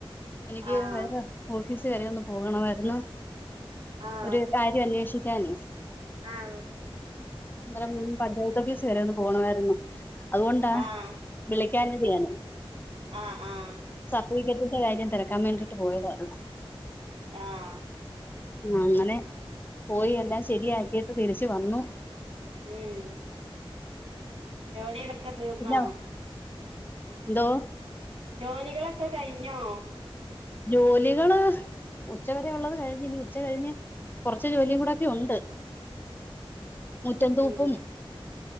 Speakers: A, on the left; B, on the right.
A: എനിക്ക്
B: ആഹ്
A: വേറെ ഓഫീസ് സ് വരെ ഒന്ന് പോകണമായിരുന്ന്
B: ആഹ്
A: ഒരു കാര്യം അന്വേഷി ക്ക്യാനേ
B: ആഹ്
A: അന്ന്രരം പഞ്ചായത്ത് ഓഫീസ് വരെ ഒന്ന് പോണവായ്രുന്നു അതുകൊണ്ടാ
B: ആഹ്
A: വിളി ക്ക്യാഞ്ഞത് ഞാന്
B: ആഹ് ആഹ്
A: ർട്ടിഫികറ്റിൻ്റെ കാര്യം തെരക്കാൻ വേണ്ടീട്ട് പോയതാ അത്
B: ആഹ്
A: അങ്ങനെ പോയി എല്ലാം ശരിയാക്കിട്ട് തിരിച്ച് വന്നു
B: ഉം ജോലി <unintelligible> ക്കെ തീർന്നോ
A: പിന്നെ എന്തോ
B: ജോലികളൊക്കെ കഴിഞ്ഞോ
A: ജോലികള് ഉച്ചവരെ ഉള്ളത് കഴിഞ്ഞ് ഇനി ഉച്ച കഴിഞ്ഞ് കൊറച്ച് ജോലിയും കൂടോക്കെ ഒണ്ട് മുറ്റം തൂപ്പും
B: ഉം